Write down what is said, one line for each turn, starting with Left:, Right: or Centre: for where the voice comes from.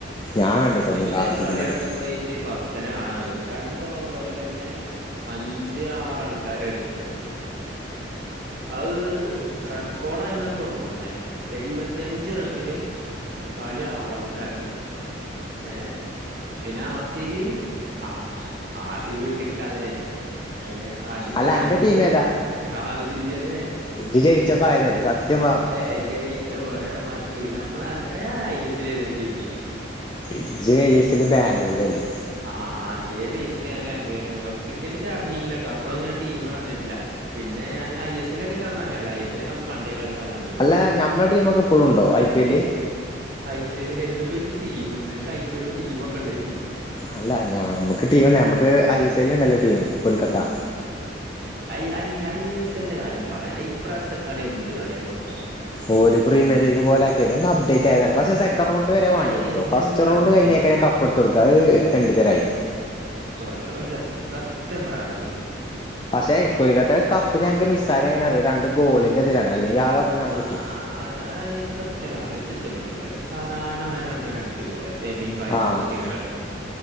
Left: ഞാൻ കണ്ടിട്ടൊന്നുല്ല
Right: അസിബിന്റെ
Left: ആർ
Right: ഒരു
Left: സി
Right: കളിയണ്ട
Left: ബിന്റെ കളി
Right: ഗണജി ഫാസ് തെ കാണാൻ രണ്ട് ഓവറിൽ തന്നെ അഞ്ച് ആറള കരെടുത്ത് അത് റെക്കോഡ ആയിന്ന തോണേ എഴുപത്തിയഞ്ച് റണ്ണില് കളി ആൾഔട്ട് ആക്കി ഏ പിന്നെ ആർ സി ബി ആ ആർ സി ബി ടിക്കാതെ ഏ അടുത്ത
Left: അല്ല
Right: രണ്ട്
Left: അന്റെ ടീം
Right: കൊല്ല
Left: ഏതാ
Right: ആർ സിബി എന്നെ
Left: ഇജ്ജ് ജയിച്ചപ്പോ ആയതല്ലേ സത്യം പറഞ്ഞോ
Right: ഏ ജയിച്ച പറ എട മാ മ്മ ഞാമ്മള് ആണെങ്കിൽ ഐ എസ് എ ഏതേലും ടീമ്
Left: ഇജ്ജ് ഐ എസ് എല്ലിൽ ബാംഗ്ലൂരല്ലേ
Right: ആ അതേ ബൈസിനാൻ ബാംഗ്ലൂര് ക്രിക്കറ്റ് അറിഞ്ഞില്ലട്ടോ അപ്പോഴൊന്നും ഞാൻ ടീം അറിഞ്ഞിട്ടില്ല പിന്നെ ഞാൻ ഐസ് എൽക്കെ ചെന്ന്റിയല്ല ഐ എസ് എക്കെ നമ്മ പണ്ട കളി <unintelligible>
Left: അല്ല ഞമ്മളെ ടീമൊക്കെ ഇപ്പഴും ഉണ്ടോ I P L
Right: I P L <unintelligible> team എനിക്ക് ഐ പി എൽ ടീമ ഒക്കെ ഉണ്ടന്
Left: അല്ല ഞാ നമ്മുക്ക് ടീം നമക്ക് ഐഎസ് എല്ല ഉണ്ടല്ലോ team Kolkata
Right: I I S എല്ലിന്റെ കാര്യം പറയല്ലേ ഇപ്രാവശ്യത്തെ കളി എന്ത് കളിയാപ്പോയി
Left: ഓല് പ്രീമിയർ ലീഗ് പോലെ ആക്കിയ ഒന്ന് അപ്ഡേറ്റ് ആയതാണ് പക്ഷെ റൗണ്ട് വരെ വാണ്ടീന്നട്ടോ
Right: അയ്
Left: ഫസ്റ്റ്
Right: എന്ത്
Left: റൗണ്ട്
Right: അപ്ഡേറ്റ്
Left: കഴിഞ്ഞക്ക കപ്പ എടുത്ത് കൊടുക്കുക അത് തെണ്ടിതരായി
Right: അല്ല ഒരു രസല്ല സത്യം പറാലോ
Left: പക്ഷെ ഇക്കൊലത്തെ കപ്പ് ഞങ്ങൾക്ക് മിസ് ആയത് എങ്ങനെ അറിയോ രണ്ട് ഗോളിന്റെ ഇതിലാണ് അല്ലെങ്കിൽ കപ്പ് ഞങ്ങക്ക്
Right: ആ
Left: കിട്ടീനു
Right: അതാ ച്ച സത്യംമാ ഇഷ്ടപ്പെട്ടില്ല സാധാരണമാരി നടക്കൻ അടിപൊളി സെമി ഫൈനലൊക്കെ
Left: ആഹ്
Right: വെച്ച് ഇങ്ങനെ കളിച്ചിട്ടണ്ട്